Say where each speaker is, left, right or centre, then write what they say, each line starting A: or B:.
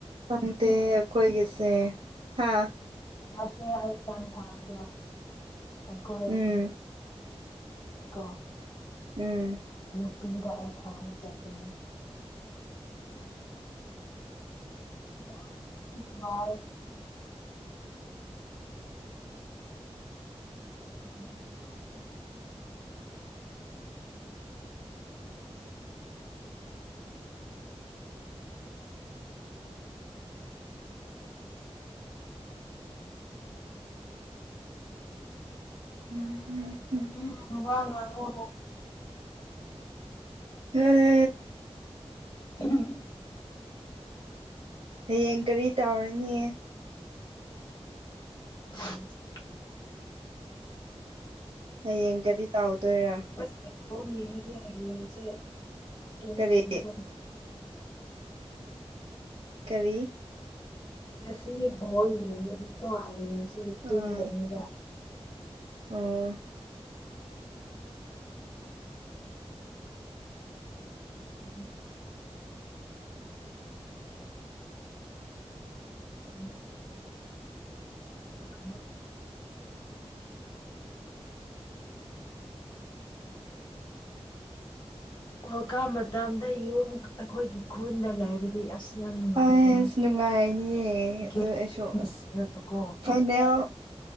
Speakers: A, on the right; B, on the left.
A: ꯈꯪꯗꯦ ꯑꯩꯈꯣꯏꯒꯤꯁꯦ ꯍꯥꯥ
B: ꯃꯥꯁꯨ ꯑꯦꯛꯖꯥꯝ ꯊꯥꯕꯗꯣ ꯑꯩꯈꯣꯏꯒꯤ
A: ꯎꯝ
B: <unintelligible>
A: ꯎꯝ
B: ꯅꯨꯄꯤꯗ ꯑꯩ ꯊꯥꯅ ꯆꯠꯈꯤꯅꯦ <unintelligible> <inaudible> ꯆꯠꯄꯅꯦ
A: ꯎꯝ ꯎꯝ
B: <unintelligible> ꯋꯥ ꯉꯥꯡꯉꯣ
A: ꯎꯝ
B: ꯎꯝ
A: ꯍꯌꯦꯡ ꯀꯔꯤ ꯇꯧꯔꯅꯤ
B: ꯍꯌꯦꯡꯁꯦ
A: ꯍꯌꯦꯡ ꯒꯔꯤ ꯇꯥꯎꯗꯣꯏꯔꯥ
B: ꯉꯥꯁꯤ ꯕꯣꯜ ꯌꯦꯡꯉꯗꯤ ꯍꯌꯦꯡꯁꯦ ꯇꯣꯡꯉꯒꯅꯤꯗ
A: ꯀꯔꯤ ꯀꯔꯤ
B: ꯉꯁꯤ ꯕꯣꯜ ꯌꯦꯡ ꯉꯥꯗꯤꯀꯣ ꯍꯥꯌꯦꯡꯁꯦ
A: ꯑꯥ
B: ꯇꯨꯝꯒꯅꯤꯕ
A: ꯑꯣ <inaudible>
B: ꯎ ꯃꯊꯥ <unintelligible> ꯑꯣꯔꯂꯗꯀꯞ ꯃꯇꯝꯗ ꯌꯨꯝ ꯑꯩꯈꯣꯏꯒꯤ ꯈꯨꯟꯗ ꯂꯩꯔꯗꯤ ꯑꯁ ꯌꯥꯝ ꯅꯨꯡꯉꯥꯏꯕꯅꯤ
A: ꯑꯁ ꯅꯨꯡꯉꯥꯏꯅꯤꯌꯦ ꯑꯗꯨ
B: ꯒꯦꯝ
A: ꯑꯁꯁ
B: ꯔꯒꯀꯣ
A: ꯐꯥꯏꯅꯦꯜ